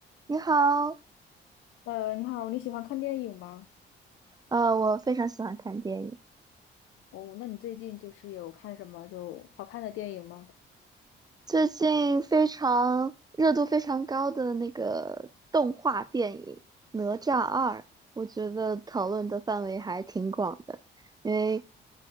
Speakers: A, on the right; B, on the left.
A: 你好，
B: 呃，你好，你喜欢看电影吗？
A: 呃，我非常喜欢看电影。
B: 哦，那你最近就是有看什么就好看的电影吗？
A: 最近非常热度非常高的那个动画电影《哪吒二》，我觉得讨论的范围还挺广的。因为